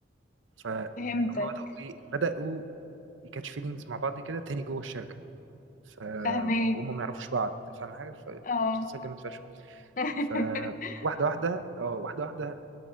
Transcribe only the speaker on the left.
فهمتك
فهمك
اه
<laughs>